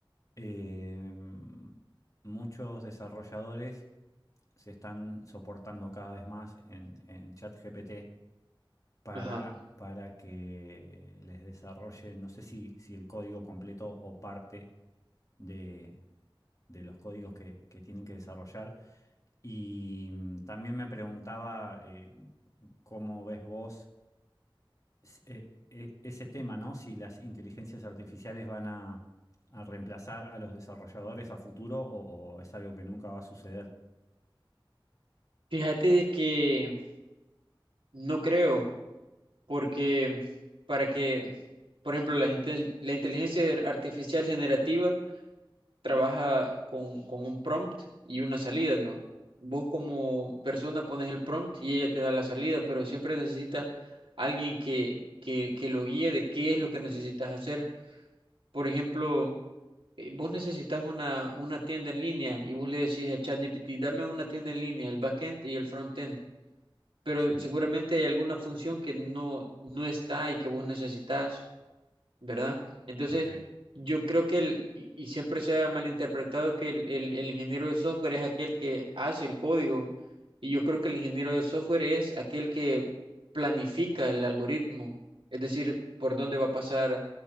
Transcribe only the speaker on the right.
Ajá.
Fíjate de que no creo, porque para que, por ejemplo, la, inte- la inteligencia artificial generativa trabaja con, con un prompt y una salida, ¿no? Vos como persona pones el prompt y ella te da la salida, pero siempre necesitas alguien que, que, que lo guíe de qué es lo que necesitas hacer. Por ejemplo, eh, vos necesitas una, una tienda en línea y vos le decís a ChatGPT, dame una tienda en línea, el backend y el frontend, pero
seguramente hay alguna función que no, no está y que vos necesitas. ¿verdad? Entonces,
yo creo que el, y, y siempre se ha malinterpretado que el, el- el ingeniero de software es aquel que hace el código, y yo creo que el ingeniero de software es aquel que planifica el algoritmo, es decir, por dónde va a pasar